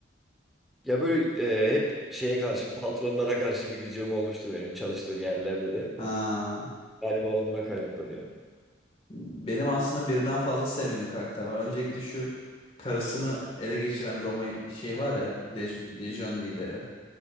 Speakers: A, in the centre; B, on the left (about 30°).
A: Ya böyle e, hep şeye karşı patronlara karşı bir gıcığım olmuştur benim çalıştığım yerlerde de.
B: Ha.
A: Galiba ondan kaynaklanıyor.
B: Benim aslında birden fazla sevmediğim karakter var. Öncelikle şu karısını ele geçiren Roma şey var ya, Lej- Lejyon lideri.